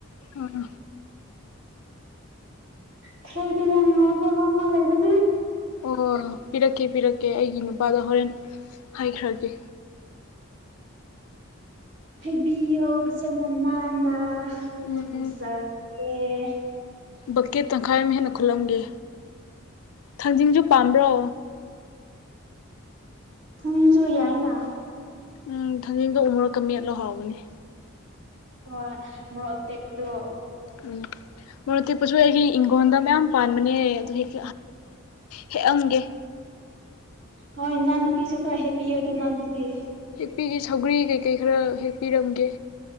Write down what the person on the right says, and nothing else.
ꯊꯔꫭꯏꯗ ꯌꯥꯝ ꯉꯥꯎꯖꯕ ꯑꯃ ꯂꯩꯕꯅꯤ
ꯍꯥꯏꯕꯤꯌꯣ ꯐꯖꯅ ꯅꯥꯟꯅ ꯍꯏ
ꯊꯝꯖꯔꯒꯦ
ꯊꯥꯡꯖꯤꯡꯁꯨ ꯌꯥꯏꯅ
ꯍꯣꯏ ꯃꫭꯔꫭꯛ ꯑꯇꯦꯛꯄꯗꯨ
ꯍꯣꯏ ꯏꯟꯖꯥꯡ ꯅꯄꯤꯁꯨ ꯈꯔ ꯍꯦꯛꯄꯤꯌꯣꯗꯅ ꯑꯗꯨꯗꯤ